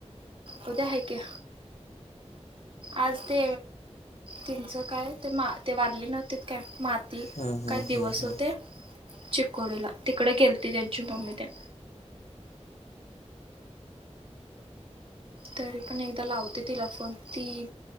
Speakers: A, on the right; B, on the left.
A: उद्या, आहे की. आज ते, तिचं काय, ते-ते वारले नव्हतीत काय म्हत ती
B: हम्म हम्म
A: काय दिवस
B: हम्म हम्म
A: होते, चिकोडीला तिकडे गेलती त्यांची मम्मी तेन तरी पण एकदा लावते तिला फोन, ती